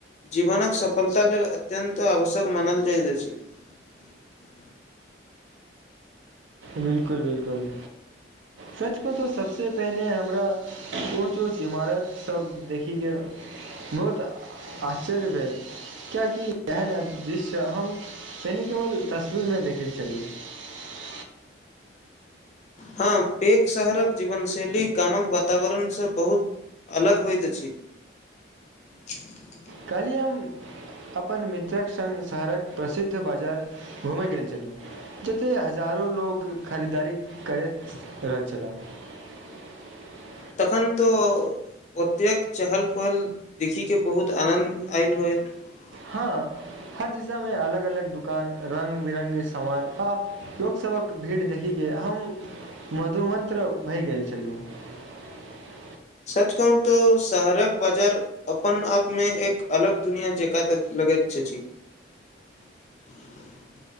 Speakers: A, on the left; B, on the right.
A: जीवनक सफलता लेल अत्यन्त आवश्यक मानल जाइत अछि। <unintelligible>
B: बिल्कुल- बिलकुल सच क तऽ सभसँ पहिने हमरा ऊँच -ऊँच इमारतसभ देखैके बहुत- आश्चर्य भेल कियाकि एहन दिश्य हम पहिनेे केवल तस्वीरमे देखै छलहु। <unintelligible>
A: हँ पैक शहरक जीवनशैली गामक वातावरणसँ बहुत अलग होइत अछि। <unintelligible>
B: कहलिय हम अपन मित्रक सङ्ग शहरक प्रसिद्ध बाजार घूमय गेल छलहुँ जते हजारो लोक खरीदारी करैत रहल छले। <unintelligible>
A: तखन तऽ ओतेक चहल पहल देखिके बहुत आनन्द आयल होइत। <unintelligible>
B: हँ हर दिशामे अलग -अलग दकान रङ्ग बिरङ्गके सामान आ लोकसभक भीड़ देखिके हम मधुमन्त्र भए गेल छलहुँ। <unintelligible>
A: सच कहू तऽ शहरक। <unintelligible> बाजार अपन आपमे एक अलग दुनिया जकाँ लगैत अछि। <unintelligible>